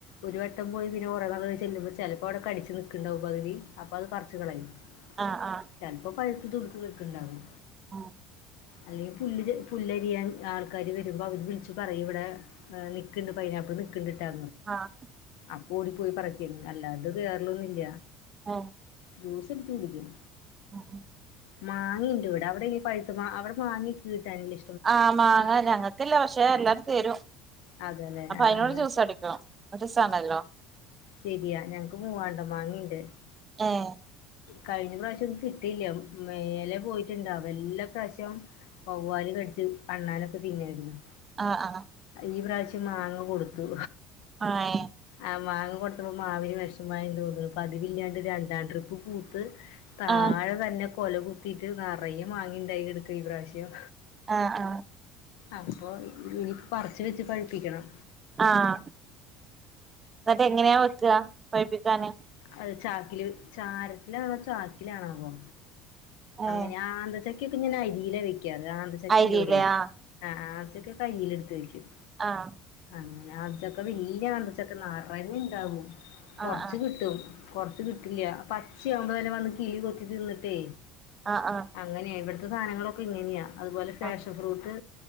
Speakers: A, on the left; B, on the right.
A: ഒരു വട്ടം പോയി പിന്നെ കുറേനാൾ ചെല്ലുമ്പോ ചിലപ്പോ അവിടെ കടിച്ച് നിക്കുണ്ടാവുംപകുതി, അപ്പോ അത് പറിച്ച് കളയും.
B: ആഹാ ആഹാ.
A: ചിലപ്പോ പഴുത്ത് തുടുത്ത് നിക്ക്ണ്ടാവും,
B: ആഹാ.
A: അല്ലെ പുല്ല്- പുല്ലരിയാൻ ആൾക്കാർ വരുമ്പോൾ അവർ വിളിച്ച് പറയും, ഇവിടെ നിക്കുന്നുണ്ട് പൈനാപ്പിൾ നിക്ക്ണ്ടട്ടാ.
B: ആഹാ.
A: അപ്പോ ഓടിപ്പോയി പറക്കും, അല്ലാണ്ട് കേറലൊന്നും ഇല്ല.
B: ആഹാ.
A: ജ്യൂസ് അടിച്ചുകുടിക്കും.
B: ആഹാ ആഹാ.
A: മാങ്ങ ഇണ്ട് ഇവിടെ അവിടെ ഇ- പഴുത്ത അവിടെ മാങ്ങ കിട്ടാനില്ലേ?
B: ആഹാ മാങ്ങ ഞങ്ങൾക്കില്ല പക്ഷെ, എല്ലാരും തരും.
A: അതല്ലേ
B: അപ്പോ
A: ആ
B: അയിനോട്
A: ആ
B: ജ്യൂസ് അടക്കും മസണല്ലോ.
A: ശെരിയാ ഞങ്ങൾക്ക് മൂവാണ്ടൻ മാങ്ങയുണ്ട്.
B: ആഹാ.
A: കഴിഞ്ഞ പ്രാവശ്യം ഒന്നും കിട്ടില്ല, മേലെ പോയിട്ടുണ്ടാവും എല്ല പ്രാവശ്യം- വവ്വാല് കടിച്ച്, അണ്ണാനൊക്കെ തിന്നുവായിരുന്നു.
B: ആഹാ ആഹാ
A: ഈ പ്രാവശ്യം മാങ്ങ കൊടുത്തു.
B: ആഹ്
A: ആഹാ മാങ്ങ കൊടുത്തപ്പോൾ മാവിന് വെഷമായി തോന്നുന്നു. പതിവില്ലാണ്ട് രണ്ടാം ട്രിപ്പ് പൂത്ത്- താഴെ
B: ഏഹ്
A: തന്നെ കൊല കുത്തീട്ട്- നെറയും മാങ്ങ ഉണ്ടായി കിടക്ക ഈ പ്രാവശ്യം.
B: ആഹ് ആഹ്
A: അപ്പോ ഇനി പറിച്ച് വെച്ച് പഴിപ്പിക്കണം.
B: ആഹാ. എന്നിട്ട് എങ്ങനെയാ വെക്കുക പഴിപ്പിക്കാന്.
A: അത് ചാക്കില് ചാരത്തിലാണോ? ചാക്കിലാണാവോ?
B: ഏഹ്
A: അങ്ങനെ ആന്തച്ചക്കയൊക്കെ- ഞാൻ അരില വെക്കാ. അത് ആന്തച്ചക്ക
B: അരിയിലെ
A: ഉണ്ട് ഇവിടെ.
B: ആഹ്
A: ആഹാ ആഹാ ആവശ്യക്ക കയിൽ എടുത്ത് വയ്ക്കും.
B: ആഹാ.
A: അങ്ങനെ ആന്തച്ചക്ക വല്ല്യ- ആന്തച്ചക്ക നെറഞ്ഞും ഇണ്ടാവും, കൊറച്ച്
B: ആഹ് ആഹ്
A: കിട്ടും. കൊറച്ച് കിട്ടില്ല പച്ചയാവുമ്പോ- തന്നെ വന്ന് കിളി കൊത്തി തിന്നട്ടേ.
B: ആഹാ ആഹാ.
A: അങ്ങനെയാ ഇവിടുത്തെ- സാധനങ്ങളൊക്കെ ഇങ്ങനെയാ, അതുപോലെ ഫാഷൻ
B: ആഹ്
A: ഫ്രൂട്ട്-